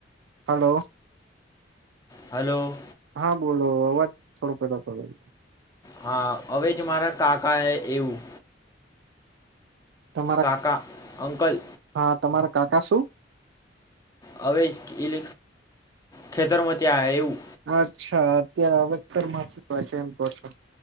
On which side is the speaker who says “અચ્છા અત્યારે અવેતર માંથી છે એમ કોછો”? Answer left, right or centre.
Right